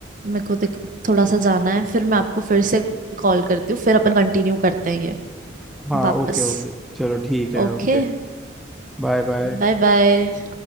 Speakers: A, on the right; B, in the centre.
A: मेरे को देख- थोड़ा सा जाना है फिर मैं आपको फिर से कॉल करती हूँ फिर अपन कंटिन्यू करते हैं ये
B: हाँ
A: वापस
B: ओके ओके चलो ठीक है
A: ओके
B: ओके Bye bye
A: Bye bye